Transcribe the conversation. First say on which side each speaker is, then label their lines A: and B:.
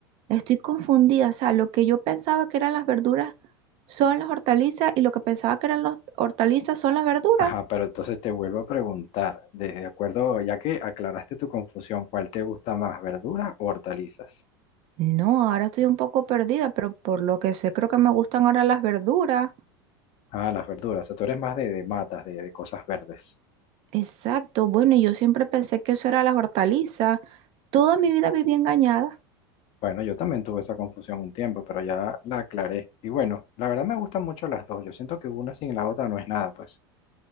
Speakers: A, on the right (about 50°); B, on the left (about 50°).
A: Estoy confundida, o sea, lo que yo pensaba que eran las verduras son las hortalizas y lo que pensaba que eran las hortalizas son las verduras.
B: ajá, pero entonces te vuelvo a preguntar, de de acuerdo, ya que aclaraste tu confusión, ¿cuál te gusta más, verduras o hortalizas?
A: No, ahora estoy un poco perdida, pero por lo que sé creo que me gustan ahora las verduras.
B: Ah, las verduras, o sea, tú eres más de, de matas, de de cosas verdes.
A: Exacto, bueno, y yo siempre pensé que eso era las hortalizas. Toda mi vida viví engañada.
B: Bueno, yo también tuve esa confusión un tiempo, pero ya la aclaré. Y bueno, la verdad me gustan mucho las dos. Yo siento que una sin la otra no es nada, pues.